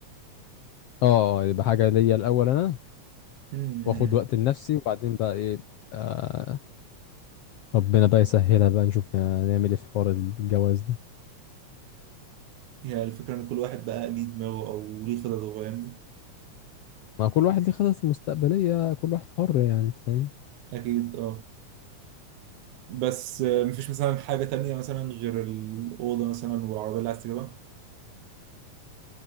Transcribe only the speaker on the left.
آه، آه، يبقى حاجة ليا الأول أنا
واخد وقت لنفسي وبعدين بقى ايه آه، ربنا بقى يسهلها بقى نشوف يعني نعمل ايه في حوار الجواز ده
مع كل واحد ليه خطط مستقبلية كل واحد حر يعني أنت فاهم